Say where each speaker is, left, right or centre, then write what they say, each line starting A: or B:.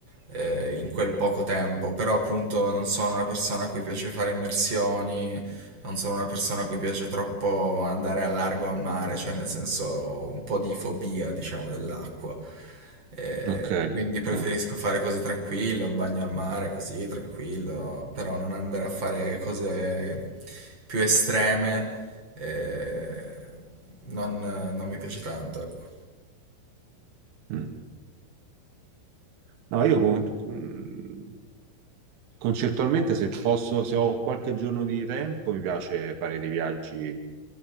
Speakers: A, on the right; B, on the right.
A: eh, in quel poco tempo, però appunto non sono una persona a cui piace fare immersioni, non sono una persona a cui piace troppo andare al largo al mare, cioè nel senso un po' di fobia, diciamo, dell'acqua. Eh,
B: Ok,
A: quindi preferisco
B: ok.
A: fare cose tranquille, un bagno al mare così, tranquillo, però non andare a fare cose più estreme, eh, non, non mi piace tanto, ecco.
B: Mm. No, io con- con- concettualmente se posso, se ho qualche giorno di tempo, mi piace fare dei viaggi